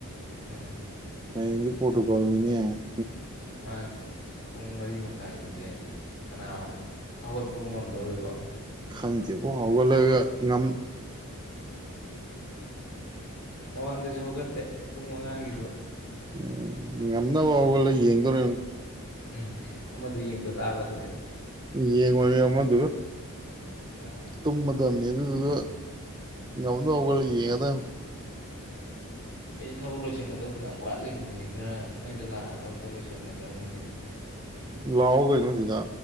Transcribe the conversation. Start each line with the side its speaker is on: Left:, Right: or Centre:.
Left: ꯎꯝ
Right: ꯍꯌꯦꯡꯗꯤ ꯄꯣꯔꯇꯨꯒꯜ ꯅꯤꯅꯦ
Left: ꯃꯥꯅꯤ ꯄꯨꯡ ꯃꯔꯤ ꯃꯈꯥꯏꯗꯗꯤ ꯀꯅꯥ ꯍꯧꯒꯠꯄꯕꯨ ꯉꯝꯗꯧꯔꯤꯕꯣ
Right: ꯈꯪꯗꯦꯕꯣ ꯍꯧꯒꯠꯂꯒ ꯉꯝ
Left: ꯃꯃꯥꯡꯗꯁꯨ ꯍꯧꯒꯠꯇꯦ ꯄꯨꯡ ꯃꯉꯥꯒꯤꯗꯣ
Right: ꯎꯝ ꯉꯝꯅꯕ ꯍꯧꯒꯇꯂꯒ ꯌꯦꯡꯗꯣꯔꯤꯝꯅꯤ
Left: ꯎꯝ ꯑꯃꯗꯨ ꯌꯦꯡꯗ ꯇꯥꯕ ꯑꯗꯨꯗꯤ
Right: ꯌꯦꯡꯉꯣꯏ ꯑꯃꯗꯨꯗ
Left: ꯑꯥ
Right: ꯇꯨꯝꯃꯗꯝꯅꯤ ꯑꯗꯨꯗꯨꯒ ꯉꯝꯅ ꯍꯧꯒꯠꯂ ꯌꯦꯉꯗꯧꯅꯤ
Left: ꯑꯩꯁꯦ ꯊꯕꯛ ꯂꯣꯏꯁꯤꯟꯒꯗꯕ ꯐꯅꯌꯥꯝ ꯋꯥꯠꯂꯤꯕꯅꯤꯅꯦ ꯈꯔ ꯅꯣꯏꯗ ꯂꯥꯛꯑꯒ ꯑꯝꯇ ꯂꯣꯏꯁꯤꯟꯒꯗ꯭ꯔꯥ ꯈꯪꯗꯦꯅꯦ
Right: ꯂꯥꯛꯑꯣ ꯀꯩꯅꯣꯁꯤꯗ